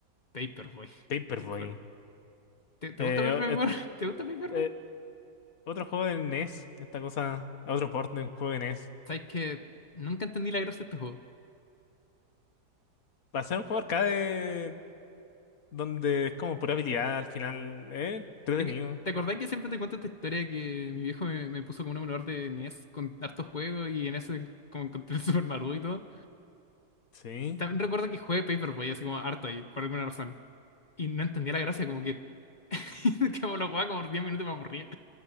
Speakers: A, on the left; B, on the left.
A: Paperboy.
B: Paperboy.
A: <laughs> El for- ¿Te, te
B: Eh,
A: gusta Paperboy?
B: o- eh,
A: <laughs> ¿Te gusta Paperboy?
B: eh, otro juego de NES, esta cosa, otro port de un juego de NES.
A: Sabes que nunca entendí la gracia de este juego.
B: Para ser un juego arcade donde es como pura habilidad al final, eh, entretenido.
A: Es que- ¿Te acordás que siempre te cuento esta historia que mi viejo me, me puso como un emulador de NES con hartos juegos y en ese como encontré el <laughs> Super Mario y todo?
B: Sí.
A: También recuerdo que jugué Paperboy así como harto ahí, por alguna razón. Y no entendía la gracia, como que, <laughs> que la jugaba como por 10 minutos y me aburría.